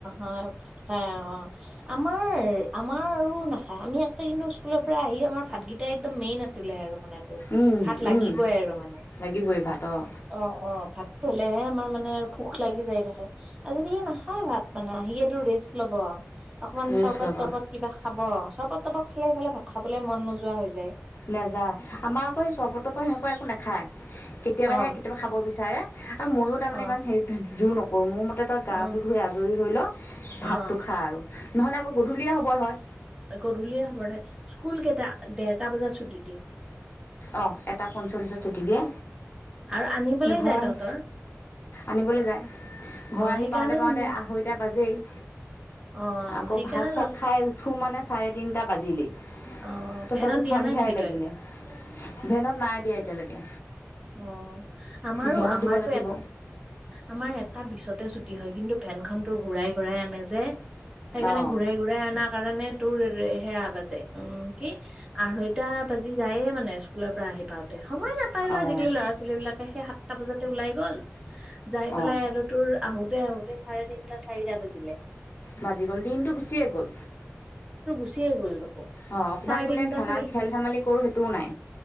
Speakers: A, on the right; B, on the left.
A: অ হয় অ আমাৰ, আমাৰ আৰু নাখায় আমি আগতে কিন্তু স্কুলৰ পৰা আহি আমাৰ ভাতকেইটাই একদম মেইন আছিলে আৰু টো
B: উম
A: ভাত লাগিবই
B: উম
A: আৰু মানে।
B: লাগিবই ভাত অঁ
A: অ অ ভাতটো হলেহে আমাৰ মানে আৰু লাগি যায় থাকে আজিকালি নাখায় ভাত মানে আহিয়ে তো ৰেষ্ট ল'ব। অকমান
B: ৰেষ্ট
A: চৰবত
B: ল'ব
A: তৰবত কিবা খাব চৰবত তৰবত খালে সেইফালে ভাত খাবলৈ মন নোযোৱা হৈ যায়।
B: নাযায় আমাৰ আকৌ সেই চৰবত তৰবত সেনেকুৱা একো নাখায়। কেতিয়াবাহে
A: অ',
B: কেতিয়াবা খাব বিচাৰে আৰু ময়ও তাৰমানে
A: অ',
B: ইমান হেৰি জোৰ নকৰো মোৰ তই গাটো
A: অ',
B: ধুই আজৰি হৈ ল ভাতটো
A: অ',
B: খা আৰু নহলে আকৌ গধূলিয়ে হব হয়
A: গধূলি হবঢ়ে স্কুল কেইটা দেৰটা বজাত ছুটি দি
B: অ এটা পঞ্চল্লিশত ছুটি দিয়ে।
A: আৰু আনিবলৈ
B: ঘৰ
A: যায়
B: আহি
A: তহঁতৰ
B: আনিবলৈ যায় ঘৰ
A: অ',
B: আহি
A: সেইকাৰণে
B: পাওঁতে
A: সোন
B: পাওঁতে আঢ়ৈটা বাজেই।
A: অ
B: আকৌ
A: সেইকাৰণে
B: ভাত চাত
A: তত
B: খাই উঠো মানে চাৰে তিনটা বাজিলেই।
A: অ
B: তাৰছতোক
A: ভেদত দিয়া
B: সন্ধিয়াই
A: নাই নেকি
B: লাগিলে
A: তই
B: ভেনত নাই দিয়া এতিয়ালৈকে।
A: অ আমাৰো
B: ভেনত
A: আমাৰতো
B: দিব লাগিব
A: এ আমাৰ এটা বিছতে ছুটি হয় কিন্তু, ভেন খনতো ঘূৰাই ঘুৰাই আনে যে সেইকাৰণে
B: অঁ
A: ঘুৰাই ঘুৰাই আনাৰ কাৰণে, তোৰ সেয়া বাজে উম কি আঢ়ৈটা বাজি যায়ে মানে স্কুলৰ পৰা আহি পাওতে সময় নাপায়ো
B: অঁ
A: আজিকালি ল'ৰা ছোৱালী বিলাকে সেই সাতটা বজাতে ওলাই গ'ল। যাই পেলাই
B: অঁ
A: আৰু তোৰ আহোতে আহোতে চাৰে তিনিটা চাৰিটা বাজিলে।
B: বাজি গ'ল দিনটো গুচিয়েই গ'ল।
A: গুছিয়ে গ'লটো।
B: অঁ অকণমান
A: চাৰে
B: বোলে
A: তিনটা,
B: খেলা
A: চাৰি
B: খেল ধেমালি কৰোঁ সেইটোও নাই